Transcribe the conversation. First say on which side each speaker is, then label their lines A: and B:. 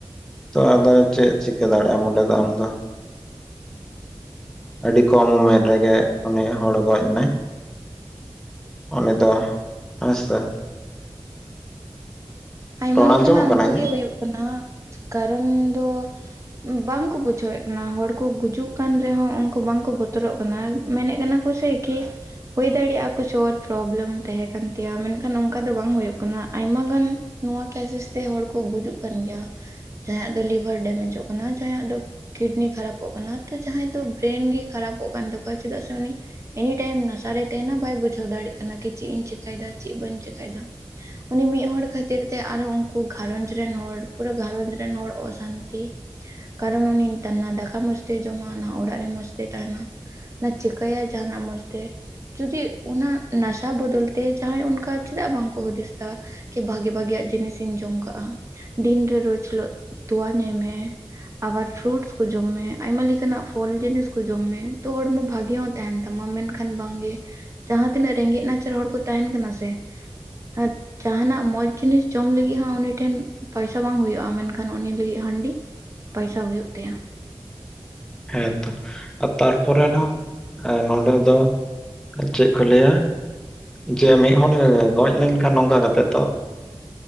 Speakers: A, in the centre; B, on the right.
A: ᱛᱚ ᱟᱫᱚ ᱪᱮᱫ ᱪᱤᱠᱟᱹ ᱫᱟᱲᱮᱜ ᱟᱢ ᱚᱸᱰᱮ ᱫᱚ ᱟᱢ ᱫᱚ᱾ ᱟᱹᱰᱤ ᱠᱚᱢ ᱩᱢᱮᱨ ᱨᱮᱜᱮ ᱩᱱᱤ ᱦᱚᱲ ᱜᱚᱡ ᱱᱟᱭ᱾ ᱩᱱᱤ ᱫᱚ ᱦᱮᱸ ᱥᱮ᱾
B: ᱟᱭᱢᱟ
A: ᱨᱚᱲ
B: ᱞᱤᱠᱟᱱᱟᱜ
A: ᱟᱸᱡᱚᱢᱚᱜ ᱠᱟᱱᱟ
B: ᱚᱱᱠᱟ
A: ᱤᱧᱟᱹᱜ
B: ᱜᱮ ᱦᱩᱭᱩᱜ ᱠᱟᱱᱟ ᱠᱟᱨᱚᱱ ᱫᱚ᱾ ᱵᱟᱝᱠᱚ ᱵᱩᱡᱷᱟᱹᱣᱮᱜ ᱠᱟᱱᱟ ᱦᱚᱲ ᱠᱚ ᱜᱩᱡᱩᱜ ᱠᱟᱱ ᱨᱮᱦᱚᱸ ᱩᱱᱠᱩ ᱵᱟᱝᱠᱚ ᱵᱚᱛᱚᱨᱚᱜ ᱠᱟᱱᱟ᱾ ᱢᱮᱱᱮᱜ ᱠᱟᱱᱟ ᱠᱚ ᱥᱮᱹᱭ ᱠᱤ᱾ ᱦᱳᱭ ᱫᱟᱲᱮᱭᱟᱜᱼᱟ ᱠᱩᱪ ᱚᱨ ᱯᱨᱚᱵᱞᱮᱢ ᱛᱟᱦᱮᱸ ᱠᱟᱱ ᱛᱟᱭᱟ ᱢᱮᱱᱠᱷᱟᱱ ᱱᱚᱝᱠᱟ ᱫᱚ ᱵᱟᱝ ᱦᱳᱭᱳᱜ ᱠᱟᱱᱟ ᱟᱭᱢᱟ ᱜᱟᱱ᱾ ᱱᱚᱣᱟ ᱠᱮᱥᱮᱥ ᱛᱮ ᱦᱚᱲ ᱠᱚ ᱜᱩᱡᱩᱜ ᱠᱟᱱ ᱜᱤᱭᱟ ᱡᱟᱦᱟᱸᱭᱟᱜ ᱫᱚ ᱞᱤᱵᱷᱟᱨ ᱰᱮᱢᱮᱡᱚᱜ ᱠᱟᱱᱟ ᱡᱟᱦᱟᱸᱭᱟᱜ ᱫᱚ᱾ ᱠᱤᱰᱱᱤ ᱠᱷᱟᱨᱟᱯᱚᱜ ᱠᱟᱱᱟ ᱛᱚ ᱡᱟᱦᱟᱸᱭ ᱫᱚ ᱵᱮᱨᱮᱱ ᱜᱮ ᱠᱷᱟᱨᱟᱯᱚᱜ ᱠᱟᱱ ᱛᱟᱠᱚᱣᱟ ᱪᱮᱫᱟᱜ ᱥᱮ ᱩᱱᱤ᱾ ᱮᱱᱤ ᱴᱟᱭᱤᱢ ᱱᱟᱥᱟ ᱨᱮ ᱛᱟᱦᱮᱸᱱᱟ ᱵᱟᱭ ᱵᱩᱡᱷᱟᱹᱣ ᱫᱟᱲᱮᱜ ᱠᱟᱱᱟ ᱠᱤ ᱪᱤᱜ ᱤᱧ ᱪᱮᱠᱟᱹᱭᱫᱟ ᱪᱮᱜ ᱵᱟᱹᱧ ᱪᱮᱠᱟᱹᱭᱫᱟ᱾ ᱩᱱᱤ ᱢᱤᱜ ᱦᱚᱲ ᱠᱷᱟᱹ ᱛᱤᱨ ᱛᱮ ᱟᱨᱚ ᱩᱱᱠᱩ ᱜᱷᱟᱨᱚᱸᱡᱽ ᱨᱮᱱ ᱦᱚᱲ ᱯᱩᱨᱟᱹ ᱜᱷᱟᱨᱚᱸᱡᱽ ᱨᱮᱱ ᱦᱚᱲ ᱚᱥᱟᱱᱛᱤ᱾ ᱠᱟᱨᱚᱱ ᱩᱱᱤ ᱱᱮᱛᱟᱨ ᱱᱟ ᱫᱟᱠᱟ ᱢᱚᱸᱡᱽᱛᱮ ᱡᱚᱢᱟ ᱱᱟ ᱚᱲᱟᱜ ᱨᱮ ᱢᱚᱸᱡᱽ ᱛᱮ ᱛᱟᱦᱮᱱᱟ᱾ ᱪᱤᱠᱟᱹᱭ ᱟᱭ ᱡᱟᱸᱦᱟᱱᱟᱜ ᱢᱚᱡᱽ ᱛᱮ᱾ ᱡᱩᱫᱤ ᱚᱱᱟ ᱱᱟᱥᱟ ᱵᱚᱫᱚᱞ ᱛᱮ ᱡᱟᱦᱟᱸᱭ ᱚᱱᱠᱟ ᱪᱮᱫᱟᱜ ᱵᱟᱝᱠᱚ ᱦᱩᱫᱤᱥ ᱫᱟ ᱠᱤ ᱵᱷᱟᱹ ᱵᱷᱟᱜᱤ ᱵᱷᱟᱜᱤᱭᱟᱜ ᱡᱤᱱᱤᱥ ᱤᱧ ᱡᱚᱢ ᱠᱟᱜᱼᱟ ᱫᱤᱱᱨᱮ ᱨᱳᱡ ᱦᱤᱞᱳᱜ ᱛᱚᱣᱟ ᱧᱩᱭ ᱢᱮ᱾ ᱟᱵᱟᱨ ᱯᱷᱩᱨᱩᱴᱥ ᱠᱚ ᱡᱚᱢ ᱢᱮ ᱟᱭᱢᱟ ᱞᱮᱠᱟᱱᱟᱜ ᱯᱷᱚᱞ ᱡᱤᱱᱤᱥ ᱠᱩ ᱡᱚᱢ ᱢᱮ ᱛᱚ ᱦᱚᱲᱢᱚ ᱵᱷᱟᱜᱤ ᱦᱚᱸ᱾ ᱛᱟᱦᱮᱱ ᱛᱟᱢᱟ ᱢᱮᱱᱠᱷᱟᱱ ᱵᱟᱝᱜᱮ ᱡᱟᱦᱟᱸ ᱛᱤᱱᱟᱹᱜ ᱨᱮᱸᱜᱮᱡ ᱱᱟᱪᱟᱨ ᱦᱚᱲ ᱠᱚ ᱛᱟᱦᱮᱱ ᱠᱟᱱᱟ ᱥᱮ᱾ <inaudible> ᱡᱟᱦᱟᱸᱱᱟᱜ ᱢᱚᱪ᱾ ᱡᱤᱱᱤᱥ ᱡᱚᱢ ᱞᱟᱹᱜᱤᱜ ᱦᱚᱸ ᱩᱱᱤ ᱴᱷᱮᱱ ᱯᱚᱭᱥᱟ ᱵᱟᱝ ᱦᱩᱭᱩᱜᱼᱟ ᱢᱮᱱᱠᱷᱟᱱ ᱩᱱᱤ ᱞᱟᱹᱜᱤᱜ ᱦᱟᱺᱰᱤ᱾ ᱯᱟᱭᱥᱟ ᱦᱩᱭᱩᱜ ᱛᱟᱭᱟ᱾
A: ᱦᱮᱸᱛᱚ ᱟᱨ ᱛᱟᱨᱯᱚᱨᱮ ᱱᱟ ᱦᱚᱸ ᱱᱚᱰᱮ ᱫᱚ ᱪᱮᱜ ᱠᱚ ᱞᱟᱹᱭᱟ? ᱡᱮ ᱢᱤᱫ ᱦᱚᱲ ᱮ ᱜᱚᱡ ᱞᱮᱱᱠᱷᱟᱱ ᱱᱚᱝᱠᱟ ᱠᱟᱛᱮᱜ ᱛᱚ